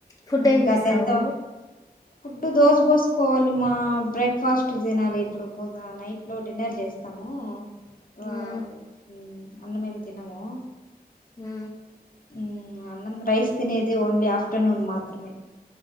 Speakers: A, on the left; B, on the left.
A: ఫుడ్ ఏం
B: ఇంకా
A: చేసావు
B: టెన్త్ ఫుడ్ దోస పోసుకోవాలి, మా బ్రేక్ఫాస్ట్ తినాలి ఇప్పుడు పోదా నైట్ లో డిన్నర్ చేస్తాము వావ్
A: ఉమ్
B: అన్న మేము తిన్నము
A: మ్
B: ఉ అన్నంద రైస్ తినే ఇది ఓన్లీ హఫ్ ఫ్టేర్నూన్ మాత్రమే